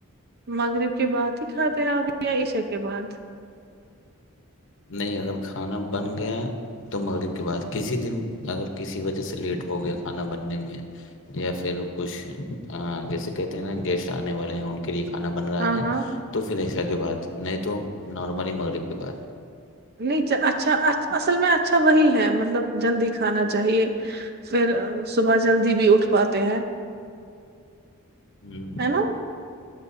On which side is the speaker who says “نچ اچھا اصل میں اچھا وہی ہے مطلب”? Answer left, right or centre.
Right